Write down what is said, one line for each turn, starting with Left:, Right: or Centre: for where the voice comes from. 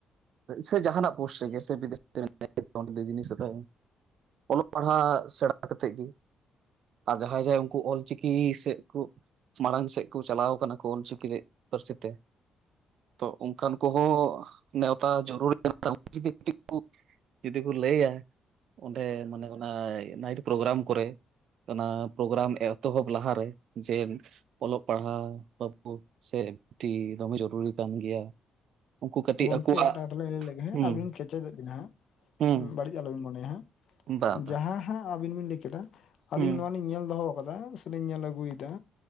Right: ᱥᱮ ᱡᱟᱦᱟᱸᱱᱟᱜ ᱯᱳᱥᱴ ᱨᱮ ᱜᱮ ᱥᱮ <unintelligible> ᱵᱤᱫᱮᱥ ᱨᱮ ᱵᱤᱡᱱᱮᱥ ᱟᱛᱮ ᱚᱞᱚᱜ ᱯᱟᱲᱦᱟᱜ ᱥᱮᱬᱟ ᱠᱟᱛᱮᱜ ᱜᱮ, ᱟᱨ ᱡᱟᱦᱟᱸᱭ ᱡᱟᱦᱟᱸᱭ ᱩᱱᱠᱩ ᱚᱞᱪᱤᱠᱤ ᱥᱮᱫ ᱠᱩ ᱢᱟᱲᱟᱝ ᱥᱮᱫ ᱠᱚ ᱪᱟᱞᱟᱣ ᱠᱟᱱᱟ ᱠᱚ ᱚᱞᱪᱤᱠᱤ ᱨᱮ ᱯᱟᱹᱨᱥᱤ ᱛᱮ, ᱛᱚ ᱚᱱᱠᱟᱱ ᱠᱚᱦᱚᱸ ᱱᱮᱣᱛᱟ ᱡᱟᱹᱨᱩᱲ <unintelligible> ᱠᱟᱱᱟ ᱩᱱᱠᱩ ᱠᱚᱜᱮ ᱛᱚ ᱡᱩᱫᱤ ᱠᱚ ᱞᱟᱹᱭᱟ ᱚᱸᱰᱮ ᱢᱟᱱᱮ ᱚᱱᱟ ᱱᱟᱭᱤᱴ ᱯᱨᱳᱜᱨᱟᱢ ᱠᱚᱨᱮ, ᱚᱱᱟ ᱯᱨᱳᱜᱨᱟᱢ ᱮᱛᱚᱦᱚᱵ ᱞᱟᱦᱟᱨᱮ ᱡᱮ, ᱚᱞᱚᱜ ᱯᱟᱲᱦᱟᱣ ᱯᱟᱵᱵᱚ ᱥᱮ ᱴᱷᱤ ᱫᱚᱢᱮ ᱡᱚᱨᱩᱨᱤ ᱠᱟᱱ ᱜᱮᱭᱟ, ᱩᱱᱠᱩ ᱠᱟᱹᱴᱤᱡ
Left: ᱜᱚᱢᱠᱮ
Right: ᱟᱠᱚᱣᱟᱜ
Left: ᱢᱤᱫᱴᱟᱝ ᱠᱟᱛᱷᱟ ᱞᱤᱧ ᱞᱟᱹᱭ ᱞᱮᱫ ᱜᱮ ᱦᱟᱸᱜ
Right: ᱦᱩᱸ
Left: ᱟᱹᱵᱤᱱᱤᱧ ᱠᱮᱪᱮᱫᱚᱜ ᱵᱤᱱᱟ ᱦᱟᱸᱜ
Right: ᱦᱩᱸ
Left: ᱵᱟᱹᱲᱤᱡ ᱟᱞᱚᱵᱤᱱ ᱢᱚᱱᱮᱭ ᱦᱟᱸᱜ,
Right: ᱵᱟ ᱵᱟ
Left: ᱡᱟᱦᱟᱸ ᱦᱟᱸᱜ ᱟᱵᱤᱱ ᱵᱤᱱ ᱞᱟᱹᱭ ᱠᱮᱫᱟ ᱟᱹᱞᱤᱧ
Right: ᱦᱩᱸ
Left: ᱱᱚᱣᱟ ᱞᱤᱧ ᱧᱮᱞ ᱫᱚᱦᱚ, ᱠᱟᱫᱟ ᱥᱮ ᱞᱤᱧ ᱧᱮᱞ ᱟᱹᱜᱩᱭᱮᱫᱟ